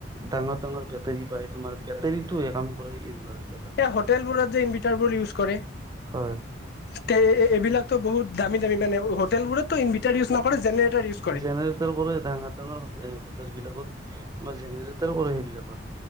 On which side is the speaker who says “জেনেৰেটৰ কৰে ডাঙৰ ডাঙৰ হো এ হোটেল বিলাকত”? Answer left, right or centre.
Right